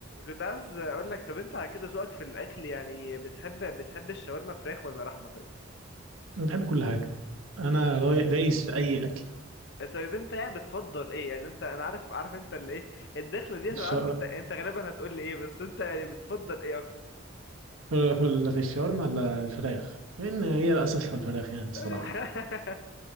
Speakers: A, on the left; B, on the right.
A: كنت عايز اقول لك طب انت على كده ذوقك في الاكل يعني بتحب بتحب الشاورما فراخ ولا لحمه طيب
B: انا بحب كل حاجه انا رايق دايس في اي اكل
A: آه، طيب انت يعني بتفضل ايه يعني انت انا عارف عارف انت اللي ايه الدخله ديت
B: الش...
A: انا عارف انت انت غالبا هتقول لي ايه بس انت يعني بتفضل ايه اكتر
B: في في ال- في الشاورما ولا الفراخ لان هي اساسها الفراخ يعني
A: <laughs>
B: الصراحه